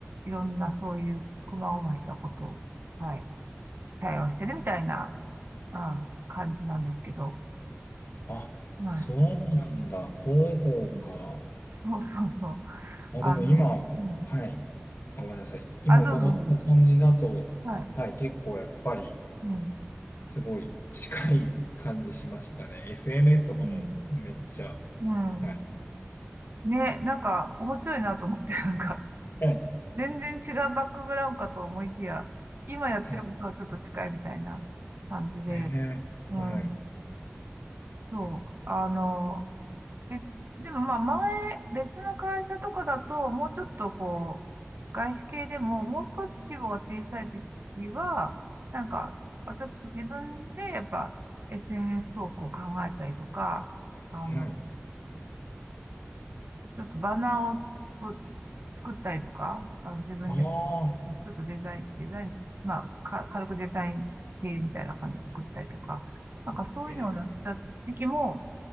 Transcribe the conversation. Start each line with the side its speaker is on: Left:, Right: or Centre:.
Right: ろんなそういう細々したことを、はい、対応してるみたいな、うん、感じなんですけど、
Left: あ、
Right: はい。
Left: そうなんだ。広報か。
Right: うん、そうそうそう。
Left: まあでも今、
Right: あの、うん。
Left: はい。あ、ごめんなさい。今伺った感じだと、
Right: あ、どうぞ。どうぞはい。
Left: はい、結構やっぱり、
Right: うん。
Left: すごい近い感じしましたね。SNS とかもめっちゃ、
Right: うん。うん。
Left: はい。
Right: ね、なんか面白いなと思って、なんか
Left: はい。
Right: 全然違うバックグラウンドかと思いきや、今やってることはちょっと近いみたいな感じで、
Left: はい。ねえ。
Right: うん、
Left: はい。
Right: そう、あの、で、でもまあ前、別の会社とかだと、もうちょっとこう、外資系でも、もう少し規模が小さい時は、なんか私自分でやっぱ SNS 投稿を考えたりとか、あの、
Left: はい。
Right: ちょっとバナーをを作ったりとか、あの自分で
Left: ああ。
Right: ちょっとデザイン、デザイン、まあ、か、軽くデザイン系みたいな感じで作ったりとか、なんかそういうのをやった時期も
Left: ええ。